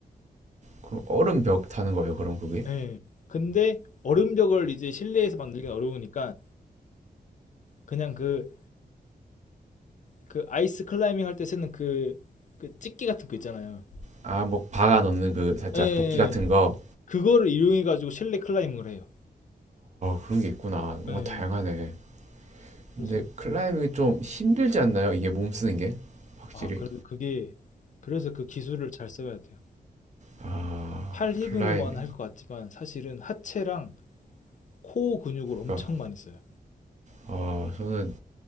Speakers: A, on the right (about 45°); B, on the left (about 50°).
A: 그럼 얼음 벽 타는 거예요 그럼 그게
B: 예. 근데 얼음벽을 이제 실내에서 만들긴 어려우니까 그냥 그, 그 아이스 클라이밍 할 때 쓰는 그, 그 찍기 같은 거 있잖아요.
A: 아아뭐 박아 넣는 그 살짝
B: 예, 예.
A: 도끼 같은
B: 예.
A: 거아
B: 그거를 이용해 가지고 실내 클라이밍을 해요.
A: 그런 게 있구나 뭔가
B: 예, 예.
A: 다양하네
B: 그래서
A: 근데 클라이밍이 좀 힘들지 않나요 이게 몸 쓰는 게 확실히
B: 아, 그래도 그게 그래서 그 기술을 잘 써야 돼요.
A: 아
B: 팔 힘으로만
A: 클라이밍
B: 할 것 같지만 사실은 하체랑 코어 근육을 엄청
A: 그러니까
B: 많이 써요.
A: 아 저는